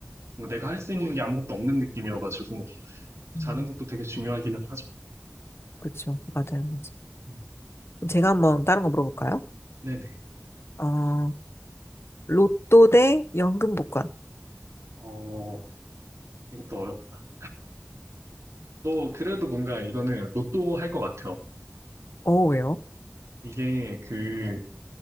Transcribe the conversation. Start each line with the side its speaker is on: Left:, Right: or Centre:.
Right: 뭔가 내가 할 수 있는 게 아무것도 없는 느낌이어가지고
Left: 음,
Right: 자는 것도 되게 중요하기는 하죠.
Left: 그쵸. 맞아요. 맞아요.
Right: 음,
Left: 제가 한번 다른 거 물어볼까요?
Right: 네네.
Left: 어, 로또 대 연금 복권.
Right: 어, 이것도 어렵다. 또 그래도 뭔가 이거는 로또 할 것 같아요.
Left: 어, 왜요?
Right: 이게 그